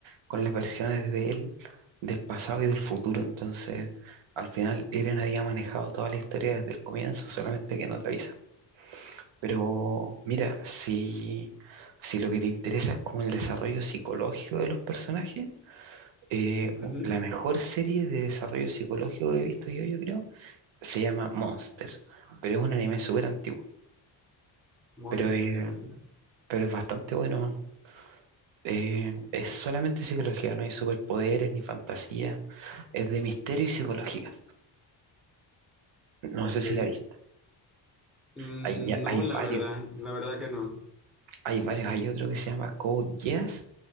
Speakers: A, on the right (about 75°); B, in the centre.
A: con las versiones de él del pasado y del futuro. Entonces, al final, Eren había manejado toda la historia desde el comienzo, solamente que no te avisan. Pero mira, si, si lo que te interesa es como el desarrollo psicológico de los personajes, eh,
B: ujú.
A: u- la mejor serie de desarrollo psicológico que he visto yo, yo creo, se llama Monster, pero es un anime súper antiguo,
B: Monster,
A: pero, eh, pero es bastante bueno. Eh, es solamente psicología, no hay superpoderes ni fantasía, es de misterio y psicología.
B: ok.
A: No sé si la viste.
B: Mm,
A: Hay, ya-
B: no,
A: hay
B: la
A: varios,
B: verdad, la verdad que no.
A: hay varios. Hay otro que se llama Code Geass,